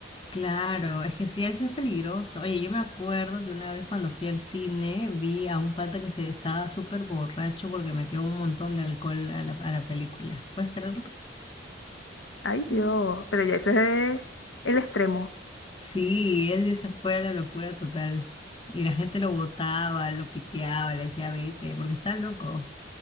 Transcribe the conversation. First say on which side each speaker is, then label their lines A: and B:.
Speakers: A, on the left; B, on the left.
A: claro, es que sí, eso es peligroso. Oye, yo me acuerdo que una vez cuando fui al cine vi a un pata que se estaba súper borracho porque metió un montón de alcohol a la, a la película. ¿Puedes creerlo?
B: Ay, Dios,
A: Mm.
B: pero ya eso es el extremo.
A: Sí, él ya se fue a la locura total. Y la gente lo botaba, lo piteaba, le decía vete, porque está loco.